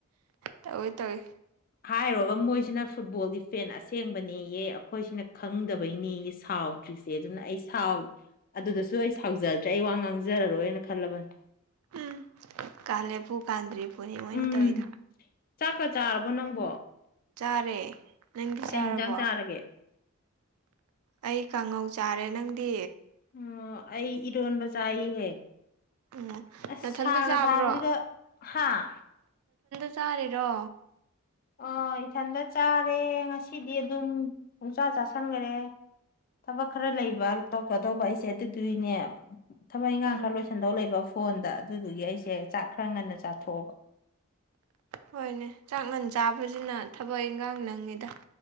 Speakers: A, on the right; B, on the left.
A: ꯇꯧꯋꯤ ꯇꯧꯋꯤ
B: ꯍꯥꯏꯔꯣꯒ ꯃꯣꯏꯁꯤꯅ ꯐꯨꯠꯕꯣꯜꯒꯤ ꯐꯦꯟ ꯑꯁꯦꯡꯕꯅꯤꯑ ꯑꯩꯈꯣꯏꯁꯤꯅ ꯈꯪꯗꯕꯩꯅꯤ ꯁꯥꯎ ꯁꯥꯎꯗ꯭ꯔꯤꯁꯦ ꯑꯗꯨꯅ ꯑꯩꯥꯎ ꯑꯗꯨꯗꯁꯨ ꯑꯩ ꯁꯥꯎꯖꯗ꯭ꯔꯦ ꯑꯩ ꯋꯥ ꯉꯥꯡꯖꯔꯔꯣꯏꯅ ꯈꯜꯂꯕꯅꯦ
A: ꯎꯝ ꯀꯥꯂꯦꯄꯨꯔ ꯀꯥꯗꯔꯤꯄꯨꯔꯅꯤ ꯑꯣꯏꯣꯏꯅꯤ
B: ꯎꯝ
A: ꯇꯧꯗ
B: ꯆꯥꯛꯀ ꯆꯥꯔꯕꯣ ꯅꯪꯕꯣ
A: ꯇꯥꯔꯦ ꯅꯪꯗꯤ
B: ꯀꯩ
A: ꯆꯥꯔꯕꯣ
B: ꯌꯦꯟꯖꯥꯡ ꯆꯥꯔꯒꯦ
A: ꯑꯩ ꯀꯥꯡꯉꯧ ꯆꯥꯔꯦ ꯅꯪꯗꯤ
B: ꯑꯣ ꯑꯩ ꯏꯔꯣꯟꯕ ꯆꯥꯏꯍꯦ
A: ꯎꯝ
B: ꯑꯁ
A: ꯅꯊꯟꯗ
B: ꯁꯥꯡꯅꯣ
A: ꯆꯥꯕ꯭ꯔꯣ
B: ꯁꯥꯕꯁꯤꯗ ꯍꯥꯥ
A: ꯆꯥꯔꯦꯔꯣ
B: ꯑ ꯏꯊꯟꯇ ꯆꯥꯔꯦ ꯉꯁꯤꯗꯤ ꯑꯗꯨꯝ ꯄꯣꯡꯆꯥꯥ ꯆꯥꯥꯁꯟꯈꯔꯦ ꯊꯕꯛ ꯈꯔ ꯂꯩꯕ ꯇꯧꯀꯗꯧꯕ ꯑꯩꯁꯦ ꯑꯗꯨꯗꯨꯏꯅꯦ ꯊꯃꯛ ꯏꯈꯥꯡ
A: ꯎꯝ
B: ꯈꯔ ꯂꯣꯏꯁꯟꯗꯧ ꯂꯩꯕ ꯐꯣꯟꯗ ꯑꯗꯨꯗꯨꯒꯤ ꯑꯩꯁꯦ ꯆꯥꯛ ꯈꯔ ꯉꯟꯅ ꯆꯥꯊꯣꯛꯑꯕ
A: ꯍꯣꯏꯅꯦ ꯆꯥꯛ ꯃꯟ ꯆꯥꯕꯁꯤꯅ ꯊꯕꯛ ꯏꯟꯈꯥꯡ ꯅꯪꯉꯤꯗ